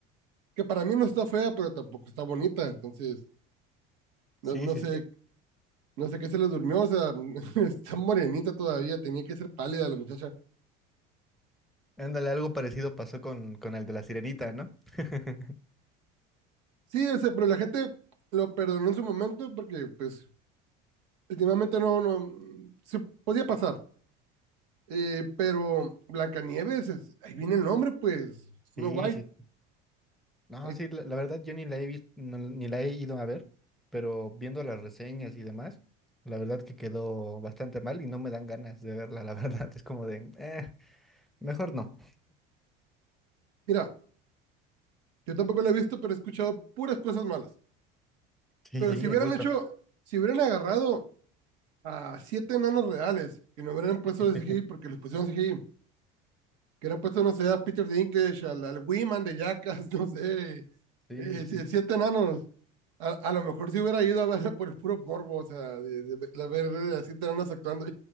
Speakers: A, on the right; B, in the centre.
A: que para mí no está fea, pero tampoco está bonita. Entonces, no,
B: Sí,
A: no
B: sí,
A: sé
B: sí.
A: No sé qué se le durmió, o sea, <laughs> está morenita todavía, tenía que ser pálida la muchacha.
B: Ándale, algo parecido pasó con, con el de la Sirenita, ¿no? <laughs>
A: Sí, o sea, pero la gente lo perdonó en su momento porque, pues, últimamente no, no, mm, se podía pasar. Eh, pero Blancanieves, es- ahí viene el nombre, pues, Snow
B: Sí,
A: White.
B: sí. No,
A: Ahí-
B: sí, la, la verdad yo ni la he visto, ni la he ido a ver, pero viendo las reseñas y demás, la verdad que quedó bastante mal y no me dan ganas de verla, la <laughs> verdad. Es como de, eh, mejor no.
A: mira, yo tampoco lo he visto, pero he escuchado puras cosas malas.
B: Sí,
A: Pero
B: sí,
A: si hubieran
B: es justo.
A: hecho, si hubieran agarrado a siete enanos reales, que no hubieran
B: <laughs>
A: puesto de CGI porque los pusieron CGI, que hubieran puesto, no sé, a Peter Dinklage, al, al Wiman de Jackass, <laughs> no sé,
B: Sí,
A: eh,
B: sí, sí.
A: si- siete enanos. A, a lo mejor si hubiera ido a ver <laughs> por el puro morbo, o sea, de, de- de ver eh, a siete enanos actuando.